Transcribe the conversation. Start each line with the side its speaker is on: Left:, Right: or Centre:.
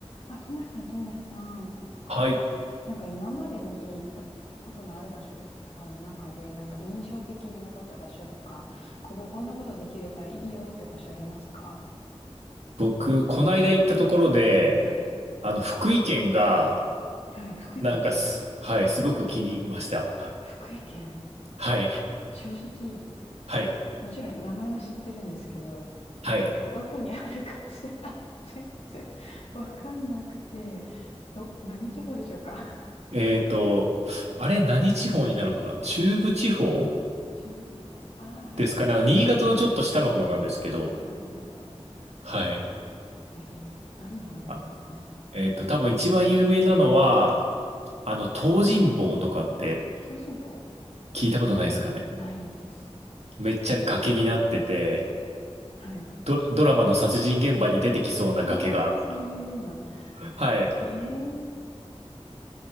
Left: あ、ともやさん、ともやさん。
Right: はい。
Left: なんか今までに行ったことのある場所とかの中で、なんか印象的に残った場所とか、こここんなことできるからいいよって場所ありますか
Right: 僕、こないだ行ったところで、
Left: はい。
Right: あの、福井県が、
Left: はい、福井県。
Right: なんかす、はい、すごく気に入りました。
Left: 福井県。
Right: はい、
Left: 正直、
Right: はい、
Left: もちろん名前は知ってるんですけど、
Right: はい。
Left: どこにあるかすら <laughs> 全然わかんなくて、ど、何地方でしょうか
Right: えーと、あれ、何地方になるのかな中部地方
Left: <laughs> 中部地方。ああ、はい。
Right: ですかね。あの新潟のちょっと下の方なんですけど、
Left: あーなるほど、なるほど。
Right: はい。
Left: えー、何があるんですか
Right: あ、えーと、多分一番有名なのは、あの、東尋坊とかって
Left: 東進坊
Right: 聞いたことないですかね。
Left: ないです。
Right: めっちゃ崖になってて、
Left: はい。
Right: ドドラマの殺人現場に出てきそうな崖が。
Left: ああ、そういうような。
Right: はい。
Left: へえ。